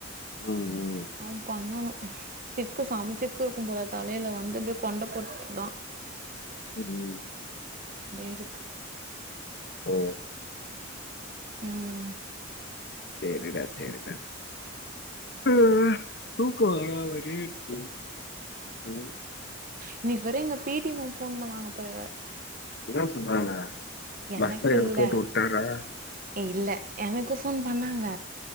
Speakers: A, on the left; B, on the right.
A: ம் ம்
B: அ பண்ணும் சிக்கு சம்பச்சிக்கு எப்பயும் போல தலையில வந்து இப்படிய கொண்ட போட்டு தா
A: உம்
B: இருக்கு
A: ஓ
B: உம்
A: சரிடா சரிடா ஆ தூக்கம் வரா மாதிரியே இருக்கு உம்
B: இன்னைக்கு வற அங்க பிடி மேம் போன் பண்ணாங்க போல
A: என்ன சொன்னாங்க
B: எனக்கு
A: பஸ்ல இவரு
B: இல்ல
A: போட்டு வுட்டாரா
B: இல்ல எனக்கு போன் பண்ணாங்க